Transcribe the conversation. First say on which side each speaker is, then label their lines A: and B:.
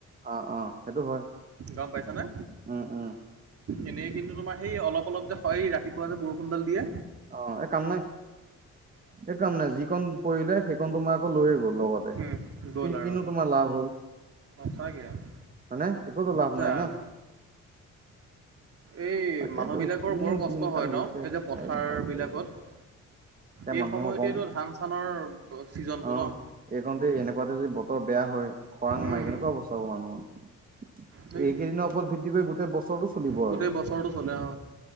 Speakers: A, on the right; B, on the right.
A: অ', অ', সেইটো হয়।
B: গম পাইছা নে,
A: উম উম
B: এনেই কিন্তু তোমাৰ সেই অলপ অলপ যে হয় ৰাতিপুৱা যে বৰষুণডাল দিয়ে
A: অ', এ কাম নাই, একো কাম নাই যিকণ পৰিলে, সেইকন তোমাৰ আকৌ লৈয়ে গ'ল লগতে,
B: উম, গ'ল
A: কি-কিনো
B: আৰু
A: তোমাৰ লাভ হ'ল
B: <unintelligible>
A: হয়নে, একোতো লাভ
B: জানো।
A: নাই না।
B: এই
A: তাকেতো
B: মানুহবিলাকৰ
A: কিনো
B: বৰ কষ্ট
A: দিনকাল
B: হয়
A: হৈছে
B: ন', এই যে পথাৰ
A: বাপৰে
B: বিলাকত
A: এতিয়া
B: এই
A: মানুহো
B: সময়তেটো
A: কম
B: ধান চানৰ চিজনটো
A: অ
B: ন'।
A: এইকণতে এনেকুৱাতে যদি বতৰ বেয়া হয়, খৰাং
B: উম
A: মাৰে কেনেকুৱা অৱস্থা হ'ব মানুহৰ।
B: সেই
A: এইকেইদিনৰ ওপৰত ভিত্তি কৰি গোটেই বছৰটো চলিব আৰু।
B: গোটেই বছৰটো চলে অ